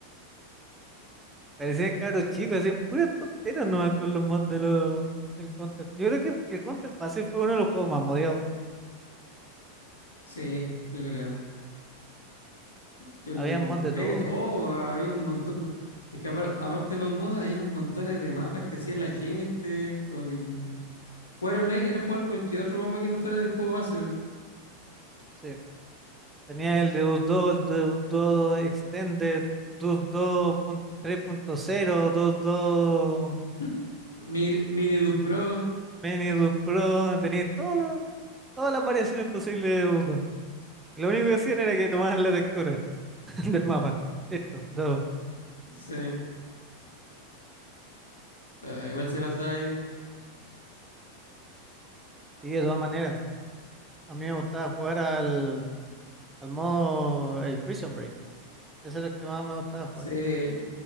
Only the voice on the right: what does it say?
parecían cabros chicos, hacían puras tonteras nomás con los mods de los, del Counter. Yo creo que el Counter Pacific fue uno de los juegos más modiados.
Había mods de
todo.
Sí,
sí. Tenía el Deus 2, el Deus 2 Extended, Deus dos punto tres punto cero, Deus 2.
Mini Dude Pro, tenía todos los- todas las variaciones posibles de Udo. Lo único que hacían era que tomaban la textura <laughs> del mapa. Listo, todo.
Y de todas maneras, a mí me gustaba jugar al, al modo, el Prison Break. Ese era el que más me gustaba jugar.